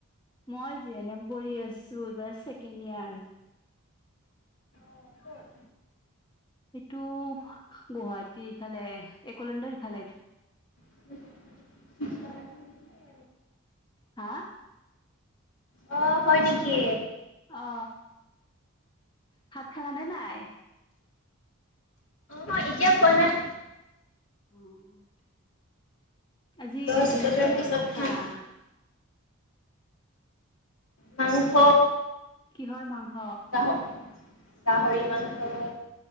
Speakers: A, on the left; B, on the left.
A: মই জি এন এম পঢ়ি আছো এইবাৰ ছেকেণ্ড ইয়াৰ
B: অ ক'ত?
A: এইটো গুৱাহাটী ইফালে এক'লেণ্ডৰ ইফালে
B: <unintelligible>
A: হা
B: অ হয় নেকি?
A: অ ভাত খালানে নাই?
B: মই এতিয়া পোৱা নাই
A: অ আজিৰ
B: দহ
A: দিনত
B: বজাৰ
A: কিহেৰে
B: পিছত
A: ভাত
B: খাম।
A: খালা?
B: মাংস
A: কিহৰ মাংস
B: গাহ গাহৰি মাংস